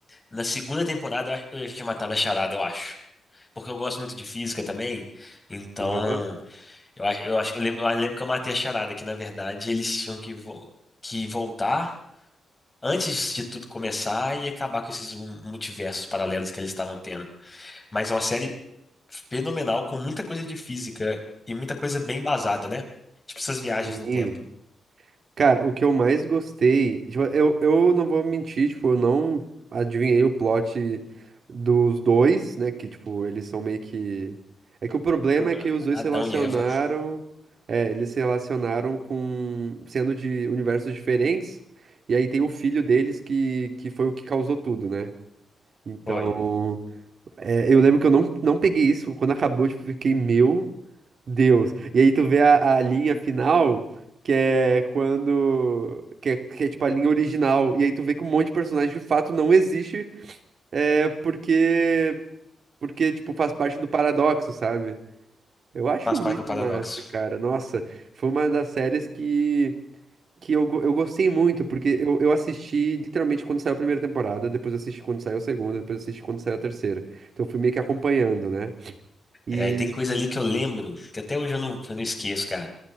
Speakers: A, on the left; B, on the right.
A: na segunda temporada eu, acho- eu já tinha matado a charada, eu acho. Porque eu gosto muito de física também. Então,
B: Aham.
A: eu acho, eu acho, eu lembro, eu lembro que eu matei a charada, que na verdade eles tinham que, vo- que voltar antes de tudo começar e acabar com esses multiversos paralelos que eles estavam tendo. Mas é uma série fenomenal, com muita coisa de física e muita coisa bem embasada, né? Tipo essas viagens
B: Sim.
A: no tempo.
B: Cara, o que eu mais gostei. tipo, eu, eu não vou mentir, tipo, eu não adivinhei o plot dos dois, né? Que, tipo, eles são meio que. É que o problema
A: Tipo,
B: é que os dois
A: Adão
B: se relacionaram.
A: e Eva.
B: É, eles se relacionaram com. sendo de universos diferentes. E aí tem o filho deles que, que foi o que causou tudo, né? Então.
A: Foi.
B: é, eu lembro que eu não, não peguei isso. Quando acabou, tipo, fiquei meu. Deus. E aí tu vê a, a linha final, que é quando. Que é, que é tipo a linha original. E aí tu vê que um monte de personagem de fato não existe, é, porque. Porque, tipo, faz parte do paradoxo, sabe? Eu acho
A: Faz
B: muito
A: parte do paradoxo.
B: massa, cara. Nossa, foi uma das séries que. Que eu, go- eu gostei muito, porque eu, eu assisti literalmente quando saiu a primeira temporada, depois eu assisti quando saiu a segunda, depois eu assisti quando saiu a terceira. Então eu fui meio que acompanhando, né? E,
A: É, e tem coisa ali que eu lembro, que até hoje eu não, eu não esqueço, cara.